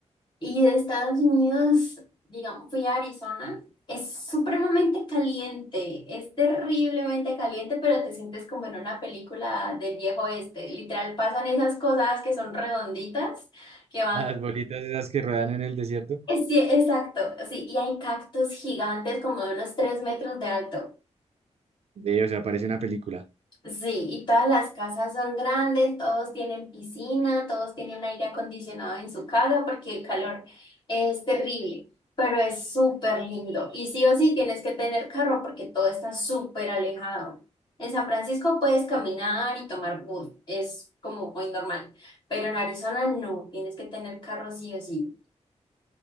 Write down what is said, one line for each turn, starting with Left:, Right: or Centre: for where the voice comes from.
Left: Y de Estados Unidos, digamos, fui a Arizona. Es supremamente caliente, es terriblemente caliente, pero te sientes como en una película del viejo oeste. Literal, pasan esas cosas que son redonditas, que van...
Right: Las bolitas esas que rodan en el desierto,
Left: Sí, exacto, sí, y hay cactus gigantes como de unos tres metros de alto.
Right: de, o sea, parece una película.
Left: Sí, y todas las casas son grandes, todos tienen piscina, todos tienen aire acondicionado en su casa porque el calor es terrible, pero es súper lindo. Y sí o sí tienes que tener carro porque todo está súper alejado. En San Francisco puedes caminar y tomar bus, es como muy normal, pero en Arizona no, tienes que tener carro sí o sí.